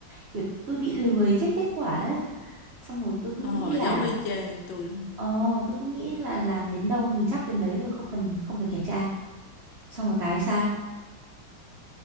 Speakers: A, on the right (about 80°); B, on the left (about 80°).
A: kiểu tôi bị lười check kết quả ấy xong rồi tôi cứ
B: ờ
A: nghĩ là
B: giống y chang tôi luôn
A: ờ tôi cứ nghĩ là làm đến đâu mình chắc đến đấy rồi không cần không cần kiểm tra xong rồi cái sai